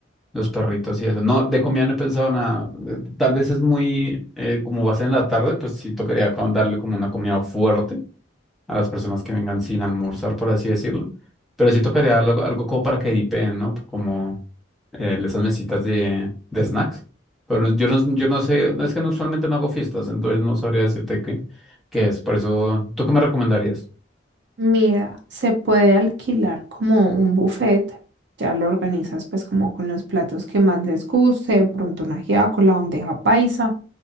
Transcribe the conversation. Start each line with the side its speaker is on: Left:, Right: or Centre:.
Centre: Los perritos y eso. No, de comida no he pensado nada. Eh, Tal vez es muy, eh, como va a ser en la tarde, pues sí tocaría como darle como una comida fuerte a las personas que vengan sin almorzar, por así decirlo. Pero sí tocaría algo, algo como para que dipen, ¿no? Como eh, esas mesitas de, de snacks. Pero yo no, yo no sé, no, es que no, usualmente no hago fiestas, entonces no sabría decirte qué, qué es. Por eso, ¿tú qué me recomendarías?
Right: mira, se puede alquilar como un buffet. Ya lo organizas pues como con los platos que más les guste, de pronto una ajiaco, la bandeja paisa.